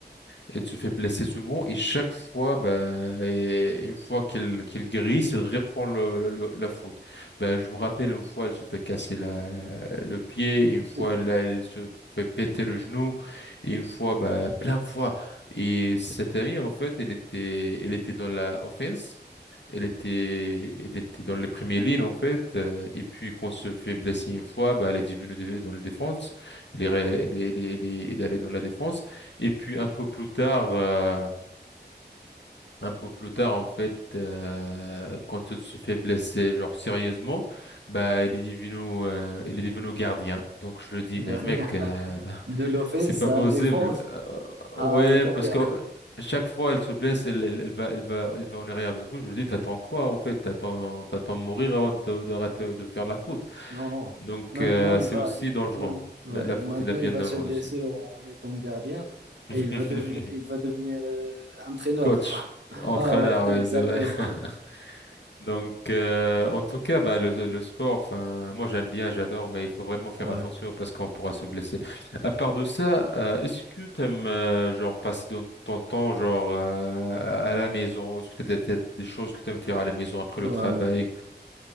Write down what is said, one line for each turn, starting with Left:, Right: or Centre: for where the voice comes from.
Left: Elle se fait blesser souvent et chaque fois, bah, et une fois qu'elle qu'elle guérisse, elle reprend le, le- le- la faute. Bah, je me rappelle une fois, elle se fait casser la, le pied, et une fois,
Right: Ouf.
Left: là, elle se fait péter le genou, et une fois, bah, plein de fois. Et cette amie, en fait, elle était, elle était dans la offense. Elle était, elle était dans les premières lignes, en fait. euh, et puis, quand elle se fait blesser une fois, bah, elle est devenue de- dans la défense. Elle est, re- elle est, elle est, elle est elle est allée dans la défense. Et puis un peu plus tard, euh, un peu plus tard en fait, euh, quand elle se fait blesser, genre sérieusement, bah il est devenu, euh, il est devenu gardien. Donc je le dis,
Right: Gardia.
Left: mais mec, euh, <laughs>
Right: De l'offense
Left: c'est pas
Right: à
Left: possible.
Right: défense
Left: Euh,
Right: à
Left: ouais,
Right: Gardia.
Left: parce que euh, chaque fois elle se blesse, elle, elle, elle va, elle va, elle va en arrière. Du coup, je lui dis, t'attends quoi en fait? T'attends, t'attends de mourir avant de- d'arrêter de faire la faute.
Right: N- Non, non.
Left: Donc
Right: Maintenant,
Left: euh,
Right: il
Left: c'est
Right: va,
Left: aussi
Right: il-
Left: dangereux.
Right: main- ouais,
Left: La, la
Right: maintenant,
Left: faute, elle est bien
Right: il va
Left: dangereuse
Right: se blesser
Left: aussi.
Right: en, en étant gardien et
Left: <laughs>
Right: il va, devenir il va devenir euh, entraîneur,
Left: Coach,
Right: quoi. <laughs>
Left: entraîneur,
Right: Ah ouais, <laughs>
Left: oui,
Right: exactement.
Left: c'est vrai. <laughs> Donc, euh, en tout cas, bah, le, le sport, enfin, moi j'aime bien, j'adore, mais il faut vraiment faire
Right: Ouais.
Left: attention parce qu'on pourra se blesser. À part de ça, euh, est-ce que t'aimes, euh, genre, passer ton, ton temps, genre, euh, à la maison? Est-ce que t'as des, t'as des choses que t'aimes faire à la maison après
Right: Ouais.
Left: le travail?